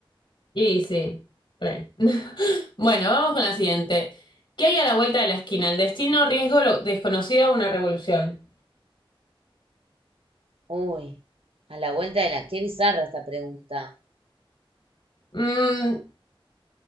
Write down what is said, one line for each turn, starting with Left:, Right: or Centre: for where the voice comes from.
Left: Y sí, re. <laughs> Bueno, vamos con la siguiente. ¿Qué hay a la vuelta de la esquina? El destino, riesgo, lo desconocido, una revolución.
Right: Uy, a la vuelta de la... Qué bizarra esta pregunta.
Left: Mm,